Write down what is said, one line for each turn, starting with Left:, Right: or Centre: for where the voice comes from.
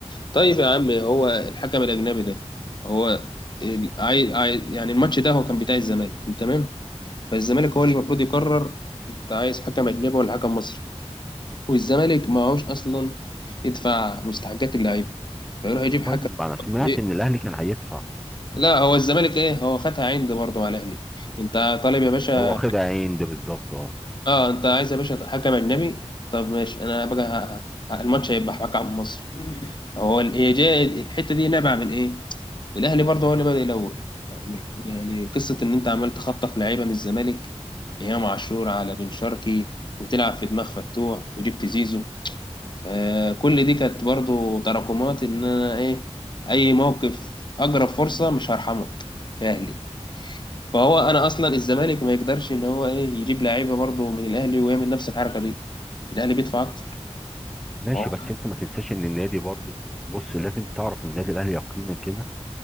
Left: طيب يا عم هو الحكم الاجنبي ده هو ال- عاي... عاي... يعني الماتش ده هو كان بتاع الزمالك تمام فالزمالك هو اللي المفروض يقرر انت عايز حكم اجنبي ولا حكم مصري والزمالك ما هوش اصلا يدفع مستحقات اللعيبه فيروح يجيب حكم
Centre: طيب ما انا سمعت
Left: إيه؟
Centre: ان الاهلي كان هيدفع
Left: لا هو الزمالك ايه هو خدها عند برضه مع الاهلي انت طالب يا باشا
Centre: هو خد عين ده بالظبط اه
Left: اه انت عايز يا باشا حكم اجنبي طب ماشي انا بقى ه... ه- الماتش هيبقى حكم مصري هو ال- هي جاية الحته دي نابعه من ايه الاهلي برضه هو اللي بادئ الاول يعني من- يعني قصه ان انت عمال تخطف لعيبه من الزمالك ايام عاشور على بن شرقي وتلعب في دماغ فتوح وجبت زيزو آه كل دي كانت برضه تراكمات ان انا ايه اي موقف اقرب فرصه مش هرحمك كاهلي فهو انا اصلا الزمالك ما يقدرش ان هو ايه يجيب لعيبه برضه من الاهلي ويعمل نفس الحركه دي الاهلي بيدفع اكتر
Centre: ماشي
Left: وهو
Centre: بس انت ما تنساش ان النادي برضو بص لازم تعرف النادي الاهلي يقينا كده